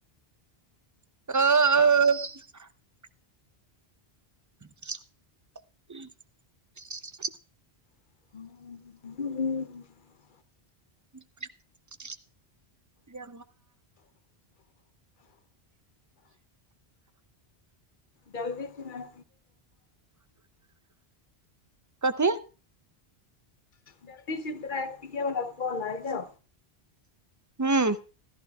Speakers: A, on the right; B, on the left.
A: आ ह
B: ह ह
A: <unintelligible> जे
B: जल्दी सना
A: कथी
B: जब्दी सधरािके म कोना जा
A: ह्म